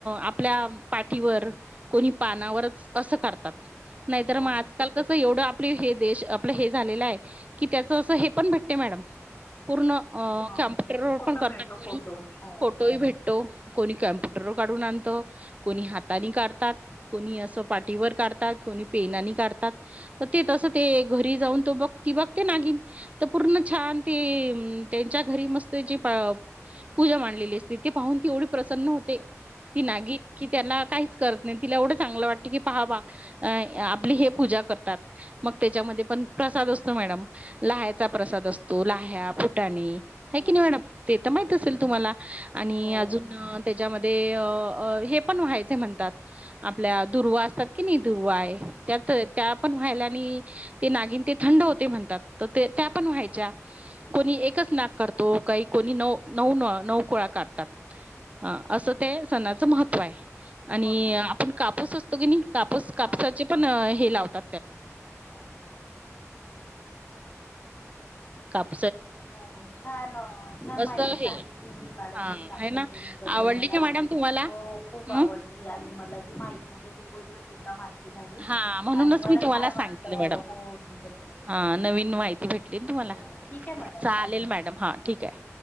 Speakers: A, on the right; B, on the left.
A: आपल्या पाठीवर कोणी पानावरच. असं करतात नाही तरर
B: हो
A: मग आजकाल कसं एवढं. आप हे देश आपलं हे झालेलं आहे कि त्याच असं हे पण भटते मॅडम. पूर्ण अ
B: हा
A: कॅम्प्युटरवर
B: फोटो
A: पण करतात
B: मिळतो
A: कणी
B: फोटो हो.
A: फोटोही भेटतो. कोणी कम्प्युटर काढून आणत कोणी हातानी काढतात कोणी असं पा. पाटी वर काढतात कोणी पेनानी काढतात तर ते तसं ते घरी जाऊन तो बघ त बघते नागी. तर पूर्ण छान ते त्यांच्या घरी मस्त जी. पूजा मांलेली असती त ते पाहून ती एवढी प्रसन्न होते. ती नागी कि त्याना काहीच करत नाही तिला एवढं चांगलं वाटत. की पहा बा आपली हे पूजा करतात मग त्याच्यामध्ये पण प्रसाद असतो मॅडम. लह्याचा
B: ह
A: प्रसाद असतो लाह्या फुटाणी. ह
B: हो
A: की नाही मॅडम ते तर माहित
B: हो
A: असेल तुम्हाला आणि
B: हो
A: अजून त्याच्यामध्ये. ते अ हेपण व्हायच म्हणतात आपल्या. दुर्वा असतात की नाही दुर्वा आहे त्यात त्या पण व्हायला आणि ते नागिन ते थंड होते म्हणतात. पण व्हायच्या कोणी एकच नाक करतो का कोणी न. कुळा कातात असं ते सणाचं महत्त्व आहे. आणि
B: हो ना
A: आपण कापस असतो की नाही कापस कापसाचे
B: हा
A: पण हे लावतो.
B: हो.
A: <unintelligible>
B: हो छान!, छान! माहिती
A: असं हे
B: सांगितली मॅडम
A: हा
B: तुम्ही नागपंचमी
A: आहे ना
B: बद्दल
A: आवडली
B: मला.
A: का मॅडम तुम्हाला?
B: हो खूप
A: मग
B: आवडली आणि मला जी माहि नव्हत ती गोष्ट सुद्धा माहिती. झाली.
A: हा म्हणूनच
B: आणि मला
A: मी तुम्हाला
B: छान
A: सांगितलं
B: वाटलं
A: मॅडम
B: हो तुमच्यासोबत
A: हा
B: बोलून
A: नवीन माहिती भेटली तुम्हाला.
B: हो ठीक आहे मॅडम.
A: चालेल मॅडम हा ठीक आहे.